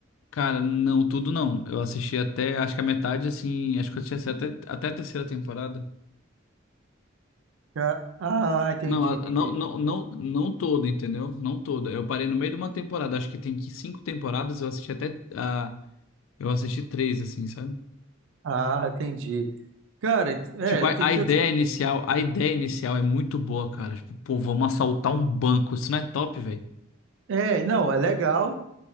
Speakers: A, on the left (about 70°); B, on the right (about 65°).
A: Cara, não, tudo não. Eu assisti até, acho que a metade, assim, acho que eu assisti até, até a terceira temporada.
B: Ca- Ah, entendi,
A: Não, a-
B: entendi.
A: não, não, não, não toda, entendeu? Não toda. Eu parei no meio de uma temporada, acho que tem que- cinco temporadas, eu assisti até, a, eu assisti três, assim, sabe?
B: Ah, entendi. Cara, ent- é,
A: Tipo, a,
B: tem
A: a
B: que ter...
A: ideia inicial, a ideia inicial é muito boa, cara. Tipo, pô, vamos assaltar um banco, isso não é top, velho.
B: É, não, é legal.